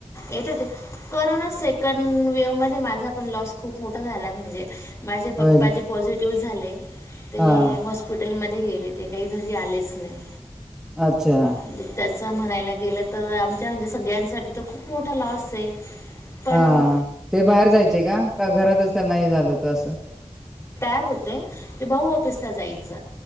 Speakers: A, on the left; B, in the centre.
A: येत होते करना सेकं वेव मध्ये माझा पण लॉस खूप मोठा झाला म्हणजे माझे
B: होय
A: पप्पा जे पॉझिटिव्ह झाले ते
B: हा
A: हॉस्पिट हॉटेलमध्ये गेले ते काही घरी आलेच नाही
B: अच्छा
A: म्हणजे त्याचं म्हणायला गेलं तर आमच्या म्हणजे सगळ्यांसाठी तर खूप मोठा लॉस आहे पण
B: हा ते बाहेर जायचे का घरातच त्यांना हे झालं होत असं
A: तार होते भाऊ ऑफिसला जायच